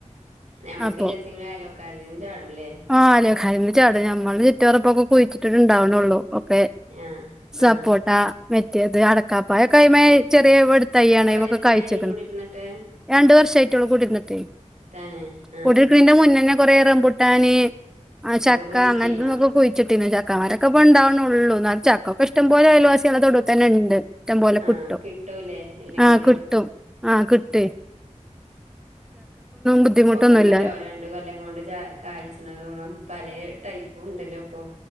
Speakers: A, on the right; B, in the centre.
A: നമ്മക്ക്
B: അപ്പൊ
A: ഇല്ലാച്ചെങ്കിലും അയലോക്കാരതീന്നും ചാടൂല്ലേ?
B: ആഹ് അയലോക്കാരീന്ന ചാടാ. ഞമ്മളത് ചുറ്റോറോം ഇപ്പൊ കുഴിച്ചിട്ട്ട്ട് ഇണ്ടാക്ണൊള്ളു. ഒക്കെ-
A: ആഹ്
B: സപ്പോട്ട
A: ആഹ്
B: മെറ്റേത് അടക്കാപ്പയൊക്കെ അയിമ്മേ ചെറിയേ തയ്യാണയിമ്മെ
A: ഇപ്പൊ
B: ഒക്കെ
A: എത്രയായി
B: കായിച്ച്ക്ക്ണ്.
A: കുടിരുന്നിട്ട്
B: രണ്ടു വർശായിട്ടൊള്ളു കുടിര്ന്ന്ട്ട്.
A: തന്നെ ആഹ്
B: കുടിര്ക്ക്ണീന്റെ മുന്നന്നെ കൊറെ റംബൂട്ടാന് ആ ചക്ക
A: ഒക്കെ കുഴിച്ചിട്ടീന്നോ
B: അങ്ങൻതൊ കുഴിച്ച്ട്ടീന്ന് ചക്കാമരൊക്കെ ഇപ്പൊ ഇണ്ടാവ്ണോള്ളൂ. ഇന്നാലും ചക്കപ്പൊ ഇഷ്ടംപോല അയൽവാസ്യാളെ തൊടൂത്തന്നെണ്ട്. ഇട്ടം പോലെ
A: ആഹ്
B: കിട്ടും.
A: കിട്ടൂലേ ഇല്ലെങ്കിലും
B: ആഹ കിട്ടും. ആഹ് കിട്ടൊയ്. ബുദ്ധിമുട്ടൊന്നുല്ല
A: ഇപ്പൊക്കണ്ടല്ലോ രണ്ട് കൊല്ലം കൊണ്ട് ചാ കായ്ച്ച്ണതും പലേ ടൈപ്പും ഇണ്ട് ല്ലേ ഇപ്പൊ